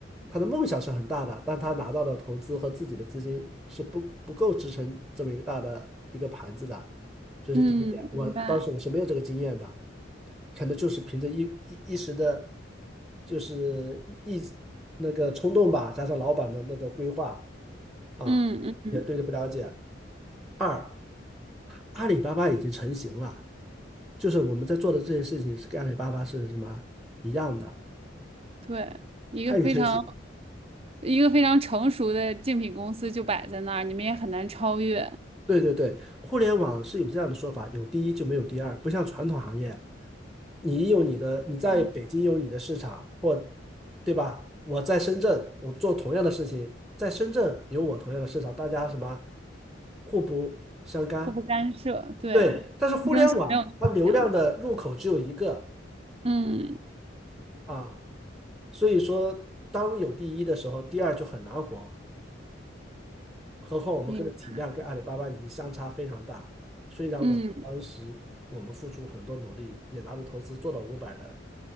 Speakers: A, in the centre; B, on the right (about 30°).
A: 他的梦想是很大的，但他拿到的投资和自己的资金是不不够支撑这么一个大的一个盘子的，这是第一点。
B: 嗯，
A: 我当时我是没有这个经验的，
B: 明白，
A: 可能就是凭着一一一时的，就是一一那个冲动吧，加上老板的那个规划啊，
B: 嗯嗯，
A: 也对这不了解。二，阿里巴巴已经成型了。就是我们在做的这些事情是跟阿里巴巴是什么一样的，
B: 对，一个非常
A: 它有腾讯，
B: 一个非常成熟的竞品公司就摆在那儿，你们也很难超越，
A: 对对对，互联网是有这样的说法，有第一就没有第二，不像传统行业，你有你的，你在北京有你的市场，
B: 嗯，
A: 或对吧？我在深圳，我做同样的事情，在深圳有我同样的市场，大家什么互不相干，
B: 互不干涉，对，
A: 对。但是互联网它流量的入口只有一个
B: 竞争性没有那么强，嗯，
A: 啊，所以说当有第一的时候，第二就很难活。何况我们跟的体量跟阿里巴巴已经相差非常大。
B: 明白，
A: 虽然我当时我们付出很多努力，
B: 嗯，
A: 也拿着投资做到五百人，